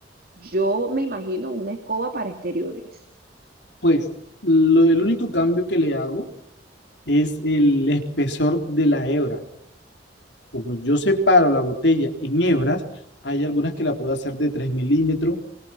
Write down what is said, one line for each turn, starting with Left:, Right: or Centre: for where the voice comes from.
Right: yo me imagino una escoba para exteriores.
Left: Pues lo- el único cambio que le hago es el espesor de la hebra. como yo separo la botella en hebras, hay algunas que la puedo hacer de tres milímetros